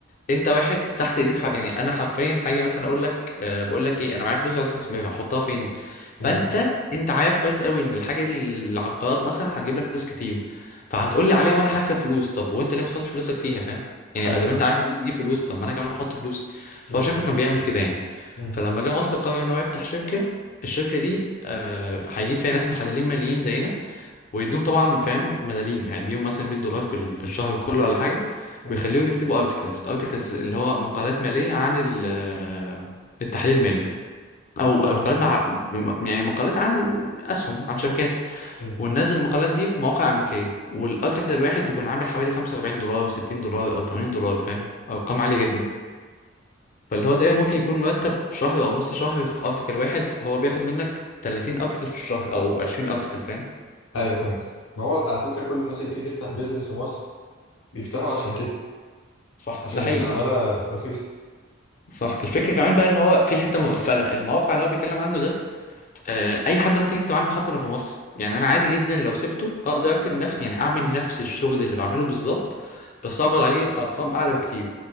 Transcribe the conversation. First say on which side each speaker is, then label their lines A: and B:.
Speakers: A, on the left (about 40°); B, on the left (about 85°).
A: انت واحد تحت ايديك حق يعني انا حرفيا حاجه مثلا اقول لك أه بقول لك ايه انا معايا فلوس عايز استثمرها احطها فين فانت
B: مم.
A: انت عارف كويس قوي ان الحاجه اللي على القرارات مثلا هتجيب لك فلوس كتير فهتقول لي عليها وانا هكسب فلوس طب وانت ليه ما تحطش فلوسك فيها فاهم يعني
B: ايوه
A: ادام
B: فاهم
A: انت عارف ان دي بتجيب فلوس طب ما انا كمان احط فلوسي فهو
B: بالظبط
A: شكله كان بيعمل كده يعني
B: مم.
A: فلما جه مصر قرر ان هو يفتح شركه الشركه دي أه هيجيب فيها ناس محللين ماليين زينا ويديهم طبعا فاهم ملاليم هيديهم مثلا 100 دولار في ال- في الشهر كله ولا حاجه
B: مم.
A: ويخليهم يكتبوا ارتكلز ارتكلز اللي هو مقالات ماليه عن ال- آه، التحليل المالي او
B: تمام
A: مقالات مع م- يعني مقالات عن اسهم عن شركات
B: مم.
A: وننزل المقالات دي في مواقع امريكيه والارتكل الواحد بيكون عامل حوالي 45 دولار 60 دولار او 80 دولار فاهم ارقام عاليه جدا فاللي هو تقريبا ممكن يكون مرتب في شهر او نص شهر في ارتكل واحد هو بياخد منك 30 ارتكل في الشهر او 20 ارتكل فاهم
B: ايوه فهمت ما هو على فكره كل الناس اللي بتيجي تفتح بيزنس في مصر بيفتحوا عشان كده
A: صح
B: عشان
A: ده حقيقي
B: العماله رخيصه
A: صح الفكرة كمان بقى ان هو في حتة مغفلة الموقع اللي هو بيتكلم عنه ده آه، اي حد ممكن يكتب عنه حتى لو في مصر يعني انا عادي جدا لو سبته اقدر اكتب نفس يعني اعمل نفس الشغل اللي بعمله بالظبط بس اقبض عليه ارقام اعلى بكتير